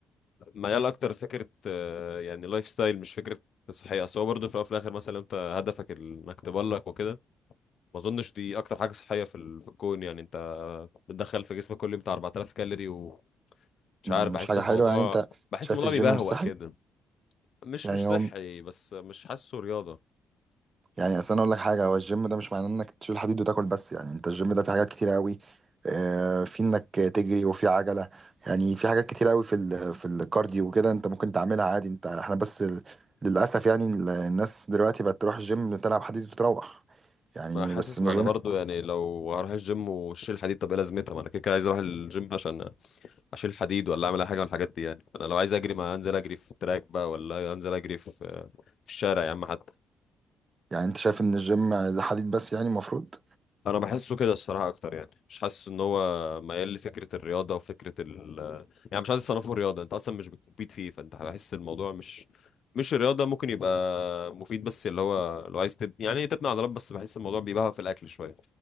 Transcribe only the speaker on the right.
مم،
مش حاجة
حلوة يعني انت
شايف
الجيم
مش صحي
يعني
هو
يعني اصل انا اقول لك حاجة هو الجيم ده مش معناه انك تشيل حديد وتاكل بس يعني انت الجيم ده فيه حاجات كتير قوي آه، في انك تجري وفي عجلة يعني في حاجات كتير قوي في ال في الكارديو وكده انت ممكن تعملها عادي انت احنا بس ال- للأسف يعني ال- الناس دلوقتي بقت تروح الجيم تلعب حديد وتروح يعني
بس ما
اظنش
يعني انت شايف ان الجيم ده حديد بس يعني المفروض